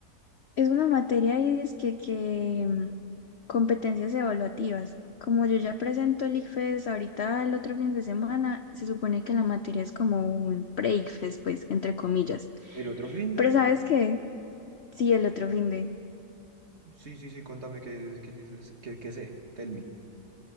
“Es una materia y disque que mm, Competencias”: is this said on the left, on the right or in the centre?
Left